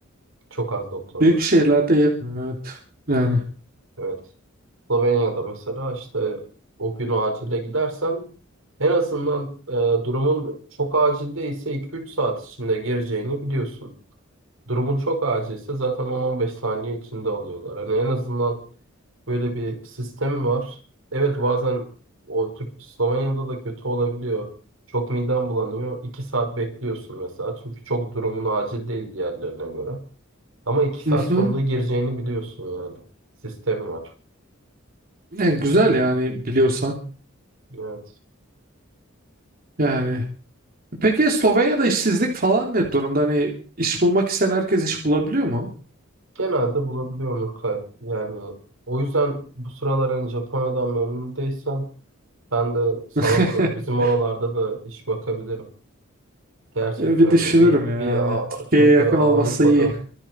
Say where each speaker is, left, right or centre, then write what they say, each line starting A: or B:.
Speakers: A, on the right; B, on the right.
A: Çok az doktor
B: Büyük
A: var.
B: şehirlerde yetmiyor. Evet. Yani.
A: Evet. Slovenya'da mesela işte o gün acile gidersen en azından e, durumun çok acil değilse 2-3 saat içinde gireceğini biliyorsun. Durumun çok acilse zaten 10-15 saniye içinde alıyorlar. Hani en azından böyle bir sistem var. Evet bazen o Türk Slovenya'da da kötü olabiliyor. Çok miden bulanıyor. 2 saat bekliyorsun mesela. Çünkü çok durumun acil değil diğerlerine göre. Ama iki saat
B: Hı
A: sonunda
B: hı.
A: gireceğini biliyorsun yani. Sistem var.
B: Yani güzel yani biliyorsan.
A: Evet.
B: Yani. Peki Slovenya'da işsizlik falan ne durumda? Hani iş bulmak isteyen herkes iş bulabiliyor mu?
A: Genelde bulabiliyorum Urkay. Yani o yüzden bu sıralar hani Japonya'dan memnun değilsen ben de sana
B: <laughs>
A: bura- bizim oralarda da iş bakabilirim. Gerçekten
B: Bir
A: hani
B: düşünürüm
A: bir,
B: yani.
A: bir A-
B: Türkiye'ye
A: çünkü
B: yakın
A: Avrupa'da
B: olması iyi.